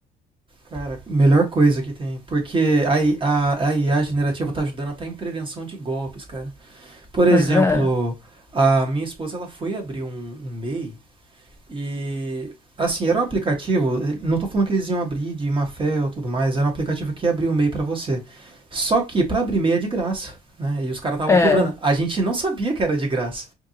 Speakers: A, on the right; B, on the left.
A: Cara, melhor coisa que tem. Porque a, I- a, a IA generativa tá ajudando até em prevenção de golpes, cara. Por exemplo,
B: Pois é.
A: a minha esposa ela foi abrir um, um MEI E assim, era um aplicativo, eh, não estou falando que eles iam abrir de má fé ou tudo mais, era um aplicativo que abria o MEI para você. Só que para abrir MEI é de graça, né? E os caras estavam
B: É,
A: cobrando. A gente não sabia que era de graça.